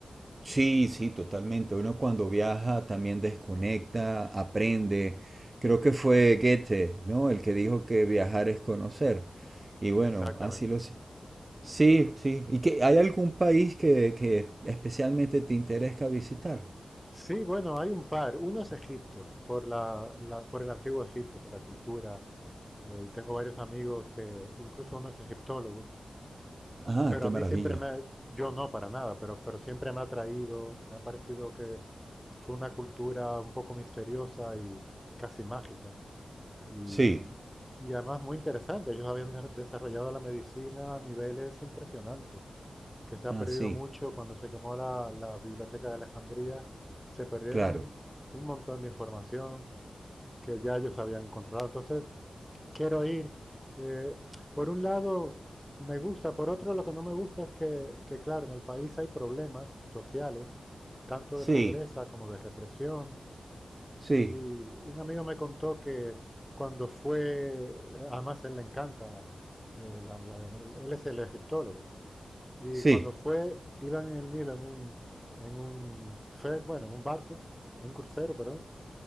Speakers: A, on the right; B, in the centre.
A: sí, sí, totalmente. Uno cuando viaja también desconecta, aprende. Creo que fue Goethe, ¿no? El que dijo que viajar es conocer. Y bueno,
B: Exactamente.
A: así lo... si- Sí, sí. ¿Y que hay algún país que, que especialmente te interesa visitar?
B: Sí, bueno, hay un par. Uno es Egipto, por la, la- por el antiguo Egipto, por la cultura eh, y tengo varios amigos que, incluso uno es egiptólogo,
A: Ah,
B: pero
A: qué
B: a mí
A: maravilla.
B: siempre me, yo no para nada, pero, pero siempre me ha atraído, me ha parecido que fue una cultura un poco misteriosa y casi mágica. Y,
A: Sí.
B: y además muy interesante, ellos habían de- desarrollado la medicina a niveles impresionantes, que se ha
A: Ah,
B: perdido
A: sí,
B: mucho cuando se quemó la, la biblioteca de Alejandría, se perdieron
A: claro.
B: un montón de información que ya ellos habían controlado. Entonces, quiero ir. Eh, por un lado, me gusta, por otro, lo que no me gusta es que, que, claro, en el país hay problemas sociales, tanto de
A: Sí,
B: pobreza como de represión.
A: sí,
B: Y un amigo me contó que cuando fue, además él le encanta, eh, la, la, él, él, es el egiptólogo, y
A: sí,
B: cuando fue, iban en el Nilo en un, en un fer, bueno, en un barco, en un crucero, perdón,